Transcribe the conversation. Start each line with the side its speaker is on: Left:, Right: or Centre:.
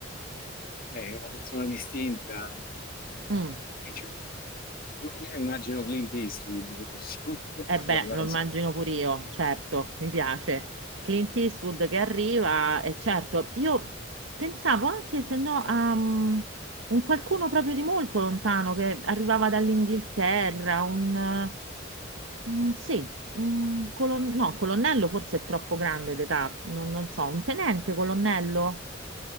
Left: Eh, È una persona distinta.
Right: Mm.
Left: dice, Io, io immagino Clint Eastwood, <laughs> in questo
Right: Eh beh,
Left: caso.
Right: lo immagino pure io, certo, mi piace. Clint Eastwood che arriva, e certo, io pensavo anche se no a mm, un qualcuno proprio di molto lontano che arrivava dall'Inghilterra, un, eh, un- sì, un colon- no, colonnello forse è troppo grande d'età, non, non so, un tenente colonnello?